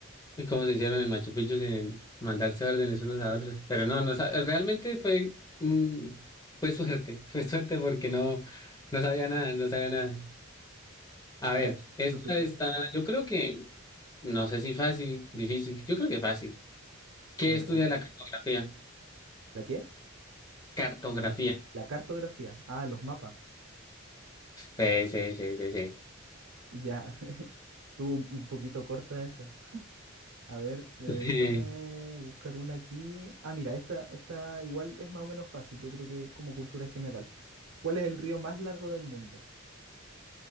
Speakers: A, on the left; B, on the right.
A: Y cómo se hicieron el Machu Picchu sin mandarse órdenes unos a otros. Pero no, no sa- realmente fue. mm, fue suerte. <laughs> Fue suerte porque no, no sabía nada, no sabía nada. A ver,
B: Ya,
A: esta
B: es tu turno.
A: está. Yo creo que. No sé si fácil, difícil. Yo creo que fácil. ¿Qué
B: A ver,
A: estudia
B: dale.
A: la cartografía?
B: ¿La qué?
A: Cartografía.
B: La cartografía. Ah, los mapas.
A: Sí, sí, sí, sí, sí.
B: Ya, <laughs> estuvo un un poquito corta esa. A ver, eh,
A: <laughs> Eh,
B: déjame buscar una aquí. Ah, mira, esta, esta igual es más o menos fácil, yo creo que es como cultura general. ¿Cuál es el río más largo del mundo?